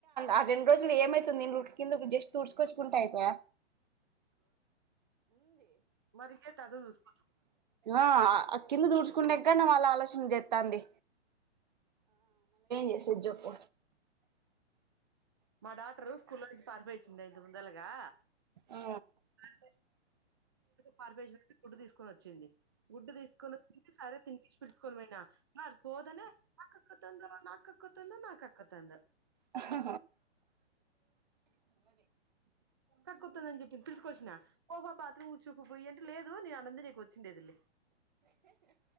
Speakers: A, on the right; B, on the right.
A: ఆ రెండు రోజులు ఏమైతుంది కింద జస్ట్ ఊర్స్కొచ్చు కుంటాయత
B: మరి ఇంకేం క
A: ఆ కింద దూడ్చుకుండే ఎక్క ం ఇ ట్ల ఆలోచన చేత్త ఉంది చేసేది జెప్పు
B: మా డాటరు స్కూల్లో నుంచి పారిపో చింద ఇందు ముందలాగా
A: ఆ
B: కార్జ కార్బేజ్ <unintelligible> ఇప్పుడు తీసుకుని వచ్చింది గుడ్డు తీసుకుని సారా తినిపించి పెట్టు కోని పోయిన మర్ోదనే నాక్కకు తంద నాక <unintelligible> అక్కతుంద నాకు అక్కతుంద
A: హ
B: కక్కుతుందని చెప్పింది పిలుసుకొచ్చిన పొబా బాత్రూమ్ కూర్చో పొ ఇయ్య ఏంట లేదు నేను అన్నం తినేకి కుచ్చిండేదిలే